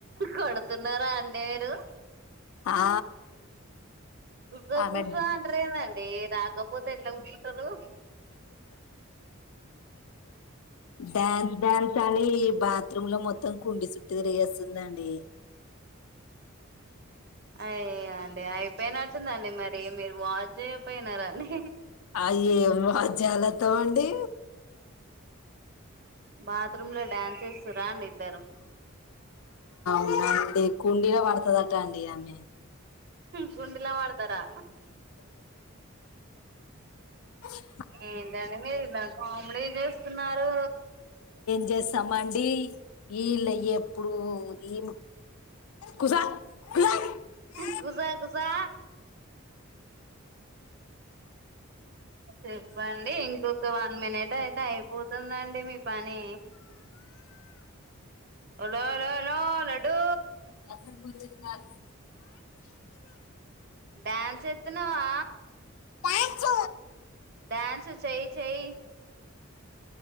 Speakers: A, on the right; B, on the left.
A: కొడుతున్నారా అం నేడు
B: ఆ
A: గుసగుస
B: ఆమె
A: అంటారేందం డి రాకపోతే ఎట్లా కుసుంటారు.
B: డ్యాన్స్ డ్యాన్స్ అని ఈ బాత్రూమ్ లో మొత్తం కుండి సుట్టూ తిరిగేస్తుందండి <inaudible>
A: అయ్యో అండి అయిపోయినట్టుందండి మరి మీరు వాచ్ చేయపోయినారండి
B: అవి ఏం వాద్యాలతో అండి
A: బాత్రూమ్ లో డాన్స్ రాండిద్దరు
B: అ కుండీలో ఆడ్తదట అండి అమే
A: కుండి లో పడతారా
B: బ
A: ఏంటండి మీరు ఇంత కామెడీ చేస్తున్నారు
B: జేస్సామండి వీళ్ళ ఎప్పు డు ఈ కుసో కుసో
A: కుసో కుసో చెప్పండి ఇంకొక వన్ మినిట్ అయితే అయిపోతుందండి మీ పని లో లోలో లడ్డు
B: మాత్రం గుర్తించారు
A: డ్యాన్స్ ఏత్తున్నవా
B: పాంట్స్
A: డ్యాన్స్ చెయి చెయి